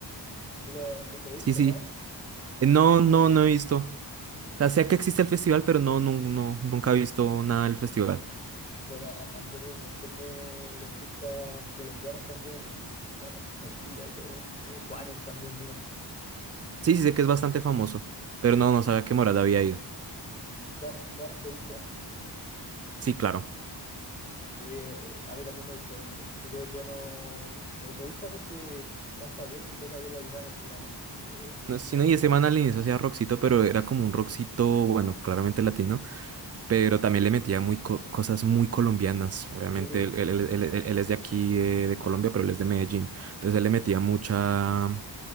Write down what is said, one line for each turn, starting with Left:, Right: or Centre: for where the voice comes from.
Left: ¿Sí lo, lo, lo viste
Right: Sí, sí.
Left: o no?
Right: Eh, No, no, no he visto. O sea, sé que existe el festival, pero no, no, no, nunca he visto nada del festival.
Left: Bueno, ha- han venido un montón de, de artistas colombianos también. Bueno, Shakira y todo. Eh, Juanes también vino.
Right: Sí, sí, sé que es bastante famoso, pero no, no sabía que Morada había ido.
Left: Sí, Juan, ¿Juanes te gusta?
Right: Sí, claro.
Left: Sí, eh, eh, a mí también me gusta, es es súper bueno. Me, me gusta porque canta bien y toca bien la guitarra al final. eh,
Right: No, sí, no, y ese man al inicio hacía rockcito, pero era como un rockcito, bueno, claramente latino, pero también le metía muy co- cosas muy colombianas. Obviamente,
Left: Sí,
Right: él, él- él- él- él- él es de aquí, eh, de
Left: sí,
Right: Colombia, pero él es de Medellín. Entonces, él le metía mucha...